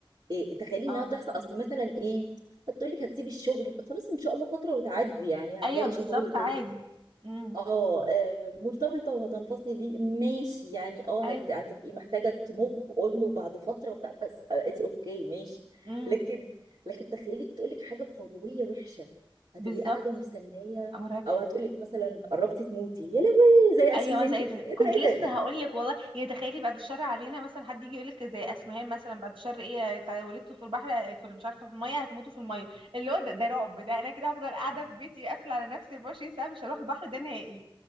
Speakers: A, on the right (about 60°); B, on the right (about 80°).
A: إيه تخيلي
B: اه
A: انها تحصل
B: مثلا
A: اصل مثلا ايه هتقول لك هتسيبي الشغل خلاص ان شاء الله فتره وتعدي يعني
B: ايوه
A: هتلاقي
B: بالظبط
A: شغل
B: عادي
A: تاني
B: امم
A: اه آه، مرتبطة وهتنفصلي ماشي يعني اه
B: ايوه
A: هت- هتبقي محتاجة تموف اون وبعد فترة وبتاع بس اتس اوكي ماشي
B: امم
A: لكن لكن تخيلي تقولك حاجة قوية وحشة هتبقي
B: بالظبط
A: قاعدة مستنية
B: مرعب
A: او هتقولك مثلا قربتي تموتي يا لهوي زي
B: ايوه
A: اسمهان
B: مثلا
A: كده
B: أي ت-
A: ايه
B: كنت
A: ده ايه
B: لسه
A: ده
B: هقول لك والله يعني تخيلي بعد الشر علينا مثلا حد يجي يقول لك زي اسمهان مثلا بعد الشر ايه تع- ولدتوا في البحر آه، في ال- مش عارفه في الميه هتموتوا في الميه اللي هو ده, ده رعب ده انا كده هفضل قاعده في بيتي قافله على نفسي 24 ساعه مش هروح البحر ده نهائي